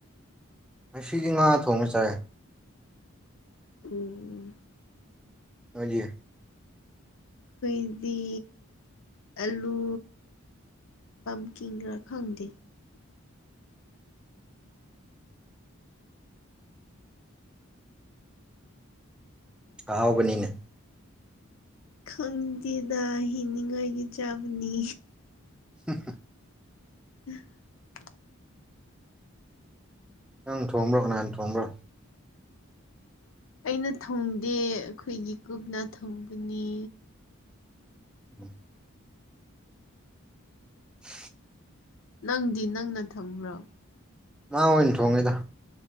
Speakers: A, in the centre; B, on the left.
A: ꯉꯁꯤꯗꯤ ꯉꯥ ꯊꯣꯡꯉ ꯆꯥꯏꯔꯦ
B: ꯎꯝ
A: ꯁꯖꯦ
B: ꯈꯣꯏꯗꯤ ꯑꯂꯨ ꯄꯝꯀꯤꯡ ꯈꯔ ꯈꯪꯗꯦ
A: ꯑꯍꯥꯎꯕꯅꯤꯅꯦ
B: ꯈꯪꯗꯦꯗ ꯍꯤꯡꯅꯤꯡꯉꯥꯏꯒꯤ ꯆꯥꯕꯅꯤ
A: <unintelligible>
B: <unintelligible>
A: ꯅꯪ ꯊꯣꯡꯕ꯭ꯔꯣ ꯀꯅꯥꯍꯅ ꯊꯣꯡꯕ꯭ꯔꯣ
B: ꯑꯩꯅ ꯊꯪꯗꯦ ꯑꯩꯈꯣꯏꯒꯤ ꯀꯨꯞꯅ ꯊꯪꯕꯅꯤ
A: ꯎꯝ ꯎ
B: ꯅꯪꯗꯤ ꯅꯪꯅ ꯊꯝꯕ꯭ꯔꯣ
A: ꯃꯥ ꯑꯣꯏꯅ ꯊꯣꯡꯉꯤꯗ